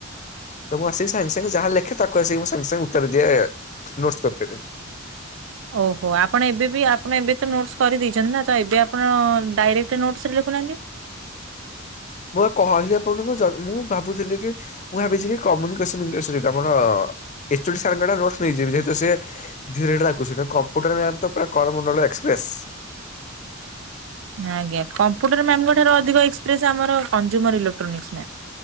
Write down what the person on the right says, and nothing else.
ଓହୋ ଆପଣ ଏବେ ବି ଆପଣ ଏବେ ତ ନୋଟସ କରିଦେଇଛନ୍ତି ନା ତ ଏବେ ଆପଣ ଡାଇରେକ୍ଟ ନୋଟସ ରେ ଲେଖୁଛନ୍ତି। ଲେଖୁ ନାହାନ୍ତି।
ଆଜ୍ଞା। କମ୍ପୁଟର ମ୍ୟାମଙ୍କ ଠାରୁ ଅଧିକ ଏକ୍ସପ୍ରେସ୍ ଆମର କଞ୍ଜ୍ୟୁମର ଇଲେକ୍ଟ୍ରୋନ୍ସିକ୍ ମେମ୍।